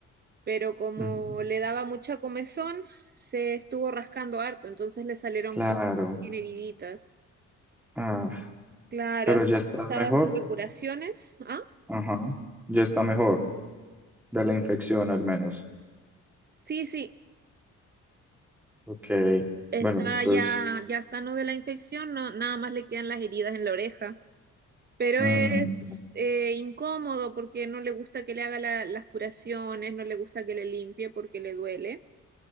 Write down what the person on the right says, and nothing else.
pero como
le daba mucha comezón, se estuvo rascando harto, entonces le salieron
cosas, tiene heriditas.
Claro,
así
que estaba
haciendo curaciones. ¿Ah?
Sí, sí,
está
ya,
ya sano de la infección, no, nada más le quedan las heridas en la oreja. Pero
es eh, incómodo porque no le gusta que le haga la- las curaciones, no le gusta que le limpie porque le duele